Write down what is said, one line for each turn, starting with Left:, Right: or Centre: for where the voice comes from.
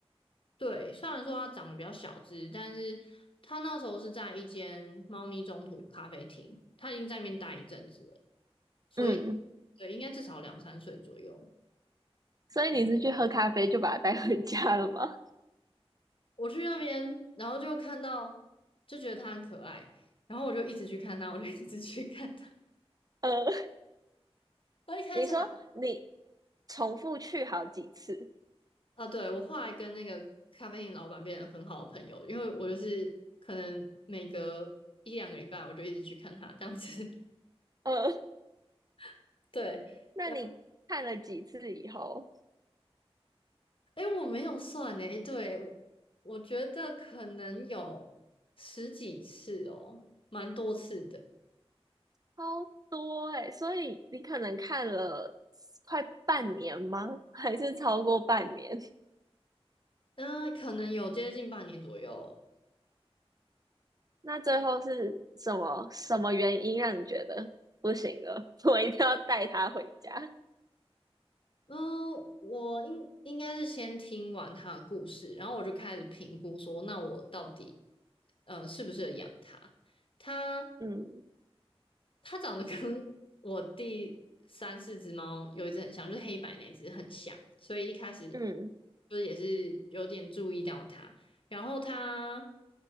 Left: 对，虽然说他长得比较小只，但是他那时候是在一间猫咪中途咖啡厅，他已经在那边待一阵子了，所以
Right: 嗯，
Left: 对，应该至少两三岁左右。
Right: 所以你是去喝咖啡就把它带回家了吗？
Left: 我去那边，然后就看到，就觉得他很可爱，然后我就一直去看他，我就一直去看他。<laughs>
Right: 呃，<laughs>
Left: 我一开始
Right: 你说你重复去好几次，
Left: 啊，对，我后来跟那个咖啡店老板变成很好的朋友，因为我就是可能每隔一两个礼拜我就一直去看他这样子。
Right: 呃，
Left: <laughs> 对，
Right: 那你看了几次以后，
Left: 然后哎，诶我没有算哎，诶对，我我觉得可能有十几次哦，蛮多次的。
Right: 超多哎、所以你可能看了快半年吗？还是超过半年？
Left: 嗯、可能有接近半年左右。
Right: 那最后是什么什么原因让你觉得不行了？<laughs> 我一定要带他回家。
Left: 嗯，我应应该是先听完他的故事，然后我就开始评估说，那我到底呃适不适合养它？他
Right: 嗯
Left: 它长得跟我第三四只猫有一只很像，就是黑白那只很像，所以一开始
Right: 嗯
Left: 就是也是有点注意到它。然后它